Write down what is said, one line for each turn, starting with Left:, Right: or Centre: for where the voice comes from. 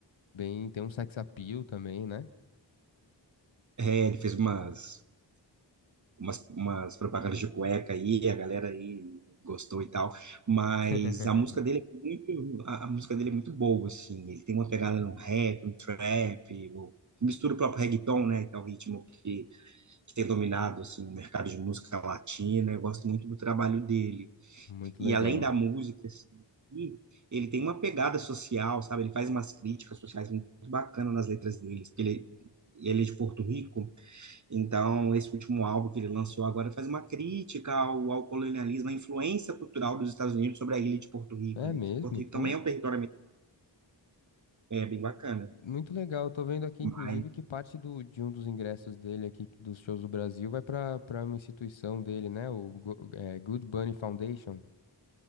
Left: bem, tem um sex appeal também, né?
Right: É, ele fez umas umas, umas propagandas de cueca aí, a galera aí gostou e tal, mas
Left: <laughs>
Right: a música dele é muito, a, a música dele é muito boa, assim, ele tem uma pegada no rap, no trap, o- mistura o próprio reggaeton, né, que é o ritmo que, que tem dominado, assim, o mercado de música latina, eu gosto muito do trabalho dele,
Left: Muito
Right: e
Left: legal.
Right: além da música, assim, e ele tem uma pegada social, sabe, ele faz umas críticas sociais muito bacanas nas letras dele, porque ele, ele é de Porto Rico, então, esse último álbum que ele lançou agora faz uma crítica ao, ao colonialismo, à influência cultural dos Estados Unidos sobre a ilha de Porto Rico,
Left: É
Right: ali,
Left: mesmo,
Right: que Porto Rico
Left: pô.
Right: também é um território é, bem bacana.
Left: Muito legal. Eu tô vendo aqui,
Right: Mas
Left: inclusive, que parte do, de um dos ingressos dele aqui, dos shows do Brasil, vai pra para uma instituição dele, né? O Go- é, Good Bunny Foundation.